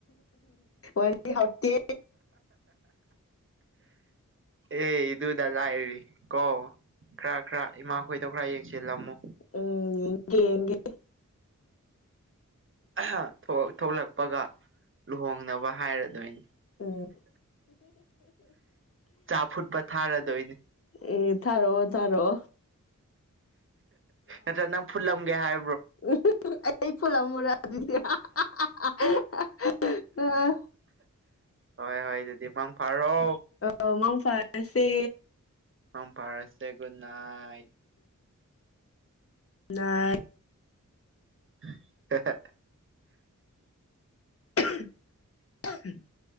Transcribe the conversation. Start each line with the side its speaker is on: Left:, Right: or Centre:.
Left: ꯋꯥꯔꯤ ꯍꯥꯎꯇꯦ
Right: ꯑꯦ ꯏꯗꯨꯗ ꯂꯥꯏꯔꯤ ꯀꯣ ꯈꯔ ꯈꯔ ꯏꯃꯥꯈꯣꯏꯗꯣ ꯈꯔ ꯌꯦꯡꯁꯤꯜꯂꯝꯃꯨ
Left: ꯎꯝ ꯌꯦꯡ ꯌꯦꯡꯒꯦ
Right: ꯑꯍꯥ ꯊꯣꯛ ꯊ‌ꯣꯛꯂꯛꯄꯒ ꯂꯨꯍꯣꯡꯅꯕ ꯍꯥꯏꯔꯗꯣꯏꯅꯤ
Left: ꯎꯝ
Right: ꯆꯥ ꯐꯨꯠꯄ ꯊꯥꯔꯗꯣꯏꯅꯤ
Left: ꯑ‌ꯦ ꯊꯥꯔꯛꯑꯣ ꯊꯥꯔꯛꯑꯣ
Right: ꯅꯠꯇ꯭ꯔꯥ ꯅꯪ ꯐꯨꯜꯂꯝꯒꯦ ꯍꯥꯏ
Left: ꯎꯝ ꯑꯩ ꯄꯨꯠꯂꯝꯃꯨꯔꯥ ꯑꯗꯨꯗꯤ <unintelligible> ꯑꯥ
Right: ꯍꯣꯏ ꯍꯣꯏ ꯑꯗꯨꯗꯤ ꯃꯥꯡ ꯐꯥꯔꯣ
Left: ꯑꯧ ꯃꯥꯡ ꯐꯥ ꯑꯁꯦ
Right: ꯃꯪ ꯐꯔꯁꯦ ꯒꯨꯠꯅꯥꯏꯠ
Left: ꯅꯥꯏꯠ
Right: <unintelligible>
Left: <unintelligible>